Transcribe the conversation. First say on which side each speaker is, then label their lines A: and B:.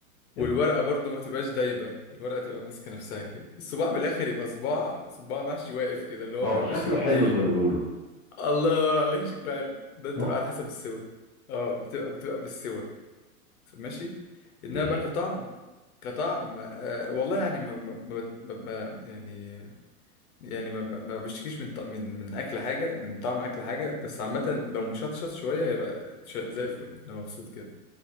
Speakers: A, on the left; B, on the left.
A: والورقة
B: جميل
A: برضو ما تبقاش دايبة الورقة تبقى ماسكة نفسها كده الصباع بالآخر يبقى صباع صباع محشي واقف كده اللي هو
B: اه
A: ما يبقاش
B: شكله حلو
A: نايم
B: زي ما بيقولوا
A: الله ينور عليك شكله حلو ده بتبقى
B: صح
A: على حسب السوا اه بتبقى بتبقى بالسوا ماشي
B: ماشي
A: انما بقى كطعم كطعم آه والله يعني ما ما ما ما- ما- يعني يعني ما ما ما بشتكيش من ط- من من اكل حاجه من طعم اكل حاجه بس عامه لو مشطشط شويه هيبقى ش- زي الفل انا مبسوط كده